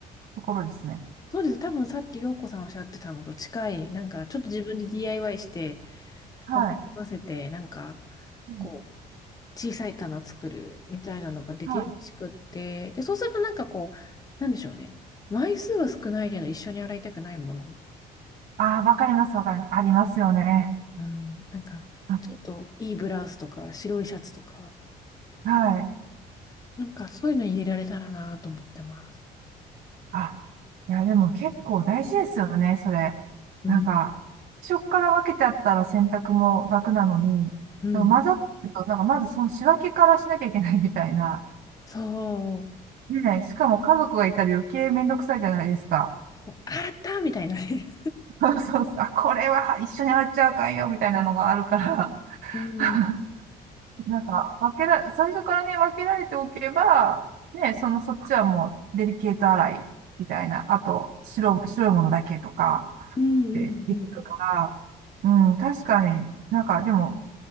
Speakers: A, on the right; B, on the left.
A: ところですね。
B: そうです。多分さっき陽子さんおっしゃってたのと近い、なんかちょっと自分で DIY して、
A: はい。
B: 幅に合わせて、なんか、
A: うん
B: こう、小さい棚作るみたいなのができるらしくって、
A: はい。
B: で、そうするとなんかこう、なんでしょうね。枚数は少ないけど、一緒に洗いたくないもの。
A: ああ、わかります、わかります。ありますよね。
B: うん、なんか、
A: あ
B: ちょっといいブラウスとか、白いシャツとか、
A: はい。はい。
B: なんかそういうの入れられたらなと思ってます。
A: あ、いや、でも結構大事ですよね、それ。
B: うん。
A: なんか、最初から分けてあったら洗濯も楽なのに、
B: うん。
A: でも混ざってると、なんかまずその仕分けからしなきゃいけないみたいな。
B: そ
A: ねえ、しかも家族がいたら余計めんどくさいじゃないですか。
B: う。こうあーあったみたいなね。
A: <laughs> そうそう、あ、これは一緒に洗っちゃあかんよ、みたいなのがあるから。
B: <laughs> うん。
A: <laughs> なんか、分けら、最初からね、分けられておけば、ねえ、その、そっちはもう、デリケート洗いみたいな、あと、白、白いものだけとか、
B: うんうんうん
A: ってできるから、うん、確かに、なんかでも、